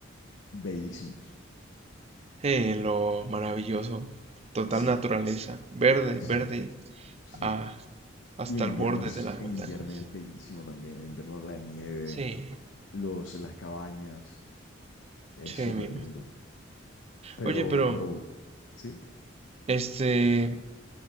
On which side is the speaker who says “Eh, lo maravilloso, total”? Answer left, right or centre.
Right